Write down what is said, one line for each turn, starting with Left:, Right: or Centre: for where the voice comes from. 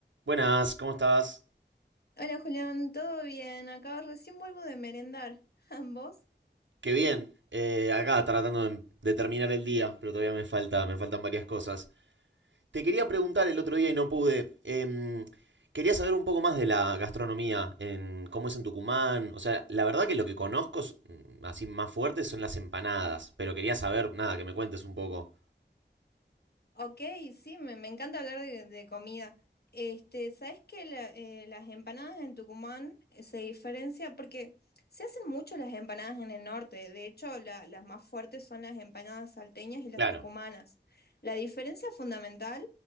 Right: Buenas, ¿cómo estás?
Left: Hola Julián, ¿todo bien? Acá recién vuelvo de merendar. <laughs> ¿Ambos?
Right: Qué bien. Eh, acá tratando de, de terminar el día, pero todavía me falta, me faltan varias cosas. Te quería preguntar el otro día y no pude. em, quería saber un poco más de la gastronomía, en cómo es en Tucumán. O sea, la verdad que lo que conozco s- mm, así más fuerte son las empanadas, pero quería saber, nada, que me cuentes un poco.
Left: Ok, sí, me, me encanta hablar de, de comida. Este, ¿sabes que la- eh, las empanadas en Tucumán eh, se diferencia? Porque se hacen mucho las empanadas en el norte. De hecho, la- las más fuertes son las empanadas salteñas y las
Right: Claro,
Left: tucumanas. La diferencia fundamental